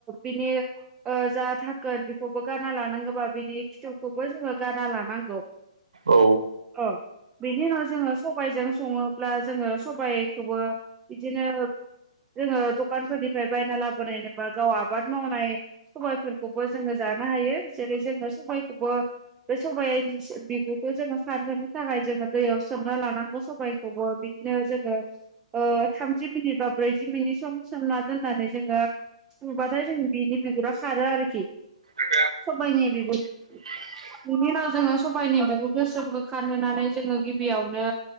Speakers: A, on the right (about 15°); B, on the right (about 75°).
A: बिनि ओ जा धाकोन बेखौबो गारना लानांगौ अबा बिनि खिथौखौबो जोङो गारना लानांगौ।
B: औ।
A: अ बिनि उनाव जोङो सबायजों सङोब्ला जोङो सबायखौबो बिदिनो जोङो दकानफोरनिफ्राय बायना लाबोनाय एबा गाव आबाद मावनाय सबायफोरखौबो जोङो जा जानो हायो जेरै जोङो सबायखौबो बे सबायाइनि सि बिगुरखौ जोङो सानहोनो थाखाय जोङो दैयाव सोमना लानांगौ सबायखौबो बि बिदिनो जोङो ओ थामजि मिनिट बा ब्रैजि मिनिट सम सोमना दोननानै जोङो सुबाथाय जों बिनि बिगुरा खारो आरोखि।
B: उम
A: सबायनि बिगुर
B: <inaudible>
A: बिनि उनाव जोङो सबाइनि बिगुर गोसोमखौ खारहोनानै जोङो गिबियावनो